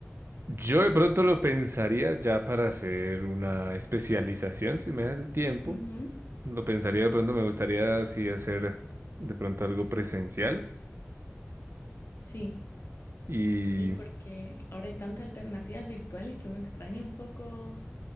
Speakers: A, on the right; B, on the left.
A: Yo de pronto lo pensaría ya para hacer una especialización, si me da el tiempo.
B: Ujú,
A: Lo pensaría de pronto, me gustaría así hacer de pronto algo presencial.
B: Sí,
A: Y
B: sí, porque ahora hay tantas alternativas virtuales que uno extraña un poco